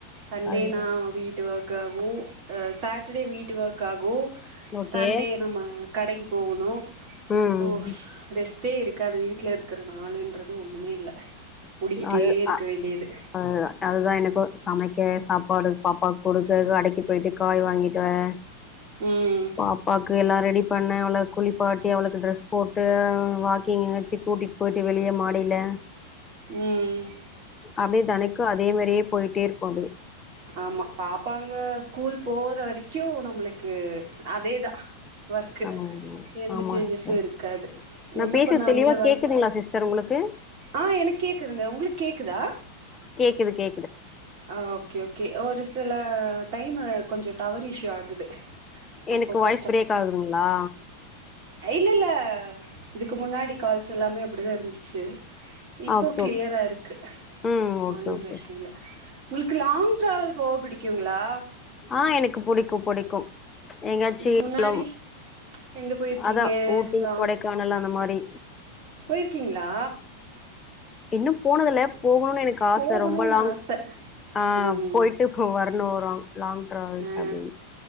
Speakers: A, on the right (about 45°); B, on the left (about 20°).
A: சண்டேனா
B: அதுதா
A: வீட்டு வொர்க் காகு ஆ சாட்டர்டே வீட்டு ஒர்க் ஆகு
B: ஓகே
A: சண்டே நம்ம கடைக்கி போகணு
B: ம்
A: சோ ரெஸ்ட்டே இருக் அது வீட்ல இருக்கிற நாளுன்றது ஒண்ணுமே இல்ல ஓடிக்கிட்டே
B: அது
A: இருக்க
B: அ
A: வேண்டியது
B: ஆ அதுதா எனக்கு சமைக்க சாப்பாடு பாப்பாக்கு கொடுக்கறது அடைக்கு போய்ட்டு காய் வாங்கிட்டு வர
A: ம்
B: பாப்பாக்கு எல்லா ரெடி பண்ண அவள குளிப்பாட்டி அவளுக்கு ட்ரெஸ் போட்டு அவள வாக்கிங் எங்கயாச்சு கூட்டிட்டு போயிட்டு வெளிய மாடியில
A: ம்
B: அப்டியே தெனைக்கு அதே மாரியே போய்ட்டே இருக்கு அப்டியே
A: ஆமா பாப் பாங்க ஸ்கூல் போற வரைக்கு நம்மளுக் கு அதேதா ஒர்க்கு
B: ஆமா
A: எந்த
B: ஆமா
A: சேஞ்சஸு
B: சிஸ்டர்
A: இருக்காது
B: நா
A: என்ன
B: பேசுறது
A: பண்ண அவுங்கள
B: தெளிவா
A: வளத்
B: கேக்குதுங்களா சிஸ்டர் உங்களுக்கு
A: ஆ எனக்கு கேக்குதுங்க உங்களுக்கு கேக்குதா?
B: க்குது கே
A: ஆ ஓகே ஓகே ஒரு சில டைமு கொஞ்சோ டவர் இஷ்யூ ஆகுது அப்பப்போ
B: எனக்கு வாய்ஸ் பிரேக் ஆகுதுங்ளா
A: ஐ இல்லல்ல இதுக்கு முன்னாடி கால்ஸ் எல்லாமே அப் படிதா இருந்துச்சு இப்போ
B: ஓகே
A: கிளியரா
B: ஓகே
A: இருக்கு
B: ம் ஓகே
A: ஒன்னு
B: ஓகே
A: பிரச்சன இல்ல உங்களுக்கு லாங் டிராவல் போக பிடிக்குங்களா
B: ஆ எனக்கு புடிக்கு புடிக்கு எங்காச்சி
A: இதுக்கு முன்னாடி
B: லவ்
A: எங்க போயிருக்கீங்க
B: அதா ஊட்டி
A: லாங்
B: கொடைக்கானல் அந்த மாரி
A: போயிருக்கீங்களா
B: இன்னு போனதுல போகணுனு எனக்கு ஆச
A: போகணும்னு
B: ரொம்ப லாங்
A: ஆச
B: ஆ
A: ம்
B: போயிட்டு வரணு ஒரு லாங் ட்ராவல்ஸ்
A: ஆ
B: அப்டினு